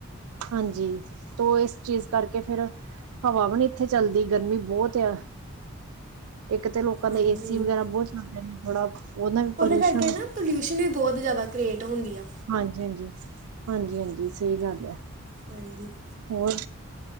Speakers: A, on the right; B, on the right.
A: ਹਾਂਜੀ ਤੋ ਇਸ ਚੀਜ਼ ਕਰਕੇ ਫੇਰ ਹਵਾ ਵੀ ਨੀ ਇੱਥੇ ਚੱਲਦੀ ਗਰਮੀ ਬਹੁਤ ਆ। ਇੱਕ ਤਾਂ ਲੋਕਾਂ
B: ਹਾਂਜੀ
A: ਦੇ ਏਸੀ ਵਗੈਰਾ ਬਹੁਤ ਚੱਲਦੇ ਨੇ ਥੋੜਾ ਉਹਦਾ ਨਾਲ ਵੀ
B: ਉਹਦੇ
A: ਪੋਲਿਊਸ਼ਨ
B: ਕਰਕੇ ਨਾ ਪੋਲਿਊਸ਼ਨ ਵੀ ਬਹੁਤ ਜ਼ਿਆਦਾ ਕ੍ਰੀਏਟ ਹੁੰਦੀਆਂ।
A: ਹਾਂਜੀ ਹਾਂਜੀ ਹਾਂਜੀ ਹਾਂਜੀ ਸਹੀ ਗੱਲ ਆ
B: ਹਾਂਜੀ
A: ਹੋਰ